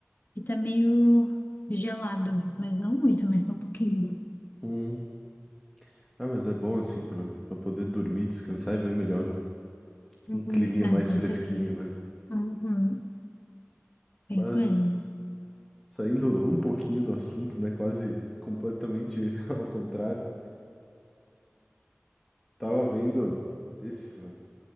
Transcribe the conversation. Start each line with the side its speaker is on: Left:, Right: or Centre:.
Left: E tá meio gelado, mas não muito, mas tá um pouquinho.
Centre: Hum. Ah, mas é bom assim para para poder dormir, descansar é bem melhor um,
Left: Uhum.
Centre: um climinha
Left: Ah,
Centre: mais
Left: com
Centre: fresquinho,
Left: certeza.
Centre: né?
Left: Uhum.
Centre: Mas
Left: É isso mesmo.
Centre: saindo um pouquinho do assunto, né? Quase completamente <laughs> ao contrário. Tava vendo esse.